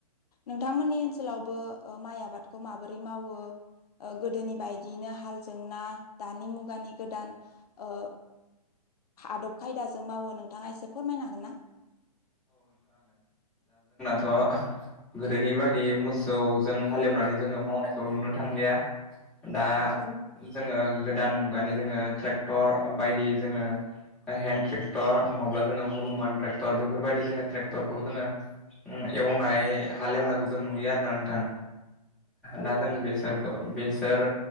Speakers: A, on the left (about 70°); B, in the centre.
A: नोंथांमोननि ओनसोलावबो ओ माइ आबादखौ माबोरै मावो ओ गोदोनि बायदियैनो हालजोंना दानि मुगानि गोदान ओ आदब खायदाजों मावो नोंथाङा एसे फोरमायनो हागोन ना?
B: अ गोदोनि बादि मोसौजों हालेवनानै जोङो मावनायखौ नुनो थांलिया दा
A: औ
B: जोङो गोदान मुगानि जोङो ट्रेक्टर बायदि जोङो हेन्द ट्रेक्टर नङाब्ला जोङो हनुमान ट्रेक्टर बेफोरबायदि जोङो ट्रेक्टरखौ जोङो ओ एवनाय हाल एवनायखौ जों नुयो आरोना नोंथां।
A: औ
B: दा जों बेसरखौ बेसर